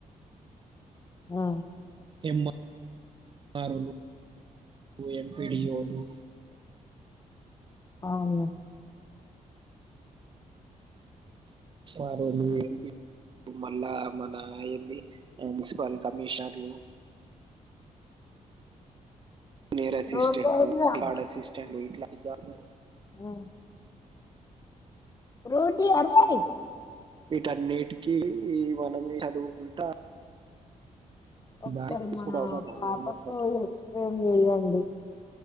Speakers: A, on the left; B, on the right.
A: ఆ
B: యంఆ <inaudible> ఆర్వోలు <inaudible> ఎంపీడీవో లు
A: అవునా
B: ఆర్వోలు ఎంపీ మళ్ళా మన ఏంది మున్సిపల్ కమిషనర్లు నేయర్ అసిస్టెంట్లు
A: రోడ్ వైజ్
B: గర్డ్ అసిస్టెంట్లు ఇట్లాంటి జాబ్‌లో
A: మ్మ్ రోటీ అరేయ్
B: వీటన్నిటికీ మనం చదువుకుంటా
A: ఒకసారి
B: దానికి
A: మా
B: కూడా అవసరమా
A: పాపకు
B: ఫస్ట్
A: ఎక్స్‌ప్లేయిన్ చెయ్యండి